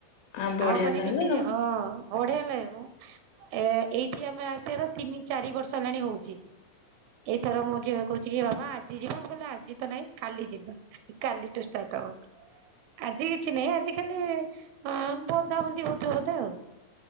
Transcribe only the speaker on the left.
ଆ ବଢିଆ
ତାହେଲେ
ଆଉ